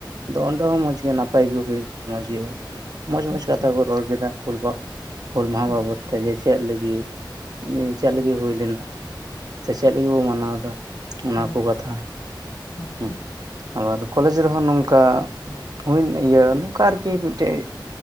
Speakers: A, on the right; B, on the left.
A: ᱟᱫᱚ ᱚᱸᱰᱮ ᱦᱚᱸ ᱢᱚᱸᱡᱽ ᱜᱮ ᱱᱟᱯᱟᱭ ᱜᱮ ᱦᱩᱭᱮᱱᱟ ᱢᱚᱸᱡᱽ ᱜᱮ ᱢᱚᱸᱡᱽ
B: ᱟᱪᱪᱷᱟ
A: ᱢᱚᱸᱡᱽ ᱠᱟᱛᱷᱟ ᱠᱚ ᱨᱚᱲ ᱠᱮᱫᱟ ᱦᱩᱞᱵᱟ ᱦᱩᱞ ᱢᱟᱦᱟ ᱵᱟᱵᱚᱫ
B: ᱟᱪᱪᱷᱟ
A: ᱛᱮ ᱡᱮ ᱪᱮᱫ ᱞᱟᱹᱜᱤᱫ ᱪᱮᱫ ᱞᱟᱹᱜᱤᱫ ᱦᱩᱭ ᱞᱮᱱᱟ ᱥᱮ ᱪᱮᱫ ᱞᱟᱹᱜᱤᱫ ᱵᱚ ᱢᱟᱱᱟᱣ ᱮᱫᱟ ᱚᱱᱟ
B: ᱦᱮᱸ
A: ᱠᱚ ᱠᱟᱛᱷᱟ
B: ᱟᱪᱪᱷᱟ
A: ᱦᱮᱸ ᱟᱵᱟᱨ ᱠᱚᱞᱮᱡᱽ ᱨᱮᱦᱚᱸ ᱱᱚᱝᱠᱟ ᱦᱩᱭᱮᱱ ᱤᱭᱟᱹ ᱱᱚᱝᱠᱟ ᱟᱨ ᱠᱤ ᱢᱤᱫᱴᱮᱡ